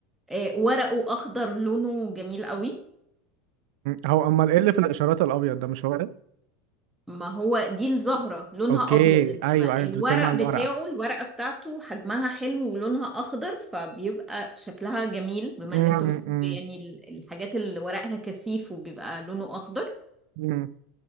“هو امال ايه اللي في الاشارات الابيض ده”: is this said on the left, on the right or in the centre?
Right